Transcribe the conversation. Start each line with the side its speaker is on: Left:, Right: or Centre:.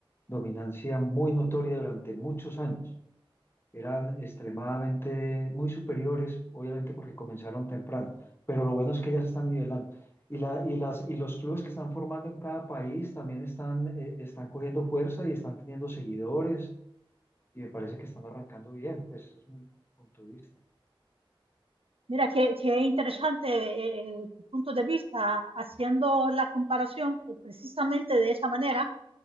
Left: dominancia muy notoria durante muchos años. Eran extremadamente muy superiores, obviamente porque comenzaron temprano, pero lo bueno es que ya se están nivelando. Y, la, y, las, y los clubes que están formando en cada país también están, eh, están cogiendo fuerza y están teniendo seguidores y me parece que están arrancando bien, pues ese es mi punto de vista.
Right: Mira, qué, qué interesante eh, eh, tu punto de vista haciendo la comparación eh, precisamente de esa manera